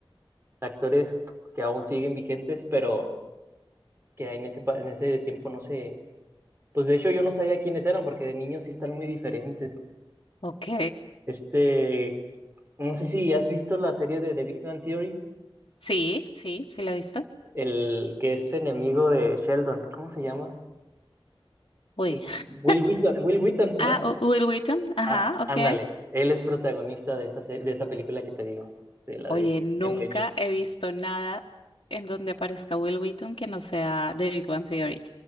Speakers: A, on the right; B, on the left.
A: actores que aún siguen vigentes, pero que en ese, pa- en ese tiempo no sé. Pues de hecho yo no sabía quiénes eran, porque de niños sí están muy diferentes.
B: Ok.
A: Este, no sé si has visto la serie de The Big Bang Theory,
B: Sí, sí, sí la he visto.
A: el que es enemigo de Sheldon. ¿Cómo se llama?
B: Uy.
A: Es
B: <laughs>
A: Will Wheaton, Will Wheaton, ¿no?
B: Ah, U- Will Wheaton. Ajá,
A: Ah,
B: ok.
A: ándale, él es protagonista de esa, se- de esa película que te digo, de la
B: Oye,
A: de
B: nunca
A: Stand By Me.
B: he visto nada en donde aparezca Will Wheaton que no sea de Big Bang Theory.